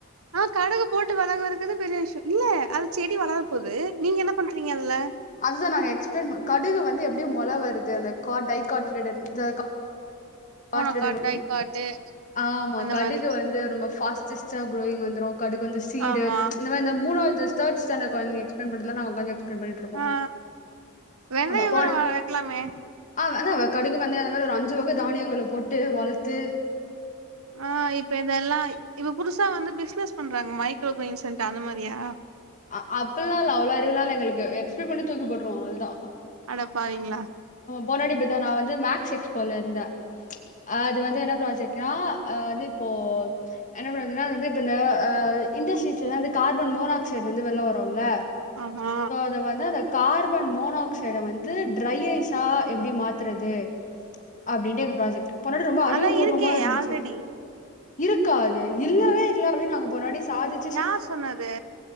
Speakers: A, on the right; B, on the left.
A: ஆ கடுகு போட்டு வளக்குவறதுக்கு பெரிய விஷ்யோ இல்ல அது செடி வளரப் போது நீங்க என்ன பண்றீங்க அதுல
B: அதுதா நாங்க எக்ஸ்ப்ளைன் பண்ணோ கடுகு வந்து எப்டி மொள வருது அந்த காட் டைகோட்லிடன் ஜா க காட்
A: மோனோகாட்
B: லிடன்
A: டைகாட்டு
B: ஆமா
A: அந்த
B: கடுகு
A: மாரி
B: வந்து ரொம்ப ஃபாஸ் சஸ்டா க்ரோயிங் வந்துரு கடுகு வந்து சீடு
A: ஆமா
B: இந்த வ இந்த மூனாது தேர்ட்ஸ் ஸ்டாண்டர்ட் கொழந்தைங்க எக்ஸ்ப்ளைன் பண்றதுலா நாங்க ஒக்காந்து எக்ஸ் ப்ளைன் பண்ணிட்ருப்போ
A: ஆ வெந்தயோ
B: ஆமா போன
A: கூட வ வைக்கலாமே
B: ஆ ஆனா கடுகு வெந்தயோ அந்த மாரி ஒரு அஞ்சு வக தானியங்கள போட்டு வளத்து
A: ஆ இப்ப இதெல்லாய் இப்ப புதுசா வந்து பிசினஸ் பண்றாங்க மைக்ரோ க்ரெய்ன்ஸ்ன்ட்டு அந்த மாரியா
B: அ அப்பில்லா இல்ல அவ்ளோ அறிவுலால்ல எங்கள்க்கு எக்ஸ்ப்ளைன் பண்ட்டு தூக்கி போட்ருவோ அவ்ள்தா
A: அட பாவிங்ளா
B: போனவாட்டி இப்டிதா நா வந்து மேக்ஸ் எக்ஸ்போல இருந்தே அது வந்து என்ன ப்ராஜெக்ட்னா ஆ வந்து இப்போ என்ன ப்ராஜெக்ட்ன்னா அது வந்து இப்ப இந்த ஆ இன்டஸ்ட்ரீஸ்லலா வந்து கார்பன் மோனாக்சைட் வந்து வெள்ல வருல
A: ஆமா
B: அத வந்து அந்த கார்பன் மோனாக்சைட வந்து ட்ரை ஐஸா எப்டி மாத்துறது அப்டின்ட்டு எங்க ப்ராஜெக்ட் போனாவாட்டி ரொம்ப அறிவு
A: அதா
B: பூர்வமாருந்துச்சு
A: இருக்கே ஆல்ரெடி
B: இருக்கா அது இல்லவே இல்ல அப்டின் நாங்க போனவாட்டி சாதிச்
A: யார் சொன்னது